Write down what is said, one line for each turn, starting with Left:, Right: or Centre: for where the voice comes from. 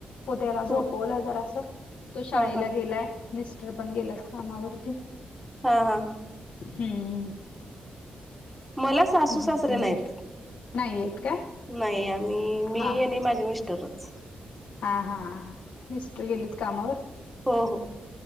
Left: पत्याला <unintelligible> झोपवलं
Centre: हो
Left: जरासं तो शाळेला
Centre: हा हा
Left: गेलाय. मिस्टर पण गेल्यात कामावरती.
Centre: हा. हा. हा.
Left: हम.
Centre: मला सासू, सासरे
Left: आवरून
Centre: नाहीत.
Left: घेतलं नाही येत काय?
Centre: नाही, आम्ही मी
Left: हा हा.
Centre: आणि माझे मिस्टरच.
Left: हा. हा. मिस्टर गेलेत कामावर?
Centre: हो